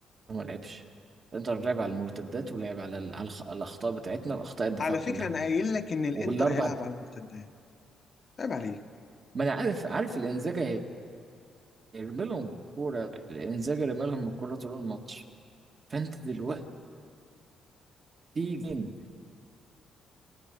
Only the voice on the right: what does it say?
ما لعبش الانتر لعب على المرتدات ولعب على ال- على الخ- الاخطاء بتاعتنا واخطاء الدفاع
كلها
والاربع
ما انا عارف عارف الانزاجة هيرمي لهم الكورة الانزاجة رمى لهم الكورة طول الماتش فانت دلوقتي تيجي